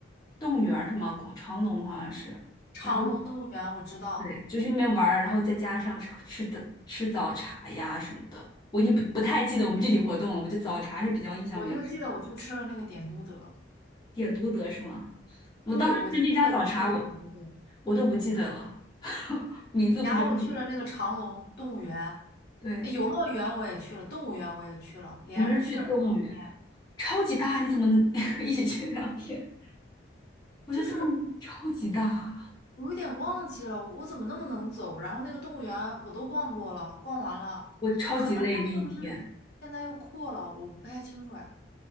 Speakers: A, on the left (about 20°); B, on the left (about 50°).
A: 动物园儿什么广长隆好像是。
B: 长隆动物园我知道，
A: 然后对，就去那边玩儿，然后再加上吃吃的吃早茶呀什么的，我已经不不太记得我们具体活动了。我就早茶是比较印象比较深刻，
B: 我就记得我去吃了那个点都德，
A: 点都德是吗？我当时那家早茶我。
B: 对，我就记得我吃了点都德，
A: 我都不记得了，<laughs> 名字不整体。
B: 然后我去了那个长隆动物园，
A: 对，
B: 呃游乐园我也去了，动物园我也去了，连着去了。
A: 我们是去动物园，
B: 两天。
A: 超级大，你怎么能 <laughs> 一起去聊天？我觉得动物园超级大，
B: 就是我有点忘记了，我怎么那么能走？然后那个动物园我都逛过了，逛完了，
A: 我超级累那一天，
B: 可能它是不是现在又扩了？我不太清楚哎。